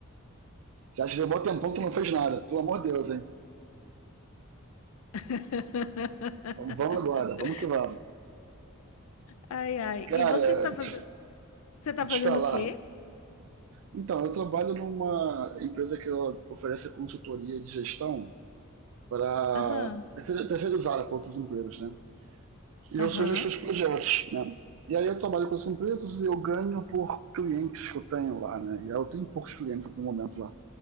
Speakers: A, on the right (about 70°); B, on the left (about 80°).
A: Já te deu um bom tempão que tu não fez nada. Pelo amor de Deus, hein?
B: <laughs>
A: Vamos agora, vamos que vamos.
B: Ai, ai.
A: Cara,
B: E você tá fazendo,
A: te,
B: você tá
A: te
B: fazendo
A: falar,
B: o quê?
A: Então, eu trabalho numa empresa que ela oferece consultoria de gestão para
B: Aham,
A: terceira- terceirizada para outros empregos, né? E eu
B: aham.
A: sou gestor de projetos, né? E aí eu trabalho com essas empresas e eu ganho por clientes que eu tenho lá, né? E aí eu tenho poucos clientes até o momento lá,